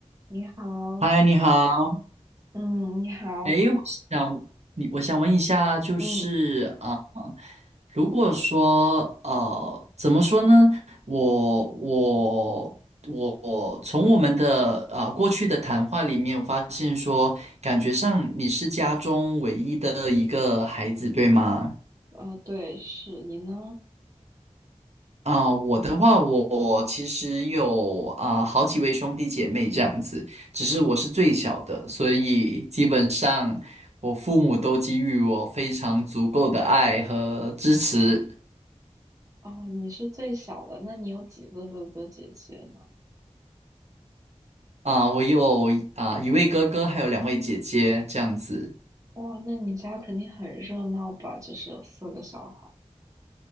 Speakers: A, on the right (about 25°); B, on the right (about 65°).
A: 你好，
B: 嗨，你好。
A: 嗯，你好，
B: 诶，我想你，我想问一下，就是啊、
A: 嗯，
B: 呃如果说呃，怎么说呢？我我我我从我们的啊过去的谈话里面，我发现说，感觉上你是家中唯一的一个孩子，对吗？
A: 呃，对，是你呢？
B: 啊、我的话，我其实有啊、好几位兄弟姐妹这样子，只是我是最小的，所以基本上我父母都给予我非常足够的爱和支持。
A: 哦，你是最小的，那你有几个哥哥姐姐呢？
B: 啊、我有啊、一位哥哥，还有两位姐姐这样子。
A: 哇，那你家肯定很热闹吧？就是有四个小孩，